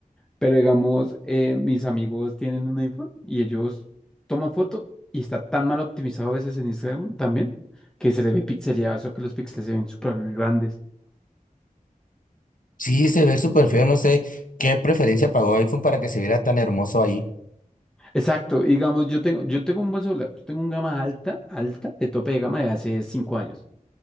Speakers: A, in the centre; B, on the left.
A: Pero digamos, eh, mis amigos tienen un iPhone y ellos toman foto y está tan mal optimizado a veces en Instagram también, que se le ve pixeleado, eso que los píxeles se ven súper grandes.
B: Sí, se ve súper feo, no sé qué preferencia pagó iPhone para que se viera tan hermoso ahí.
A: Exacto, y digamos, yo tengo, yo tengo un buen celular, yo tengo un gama alta, alta, de tope de gama de hace cinco años.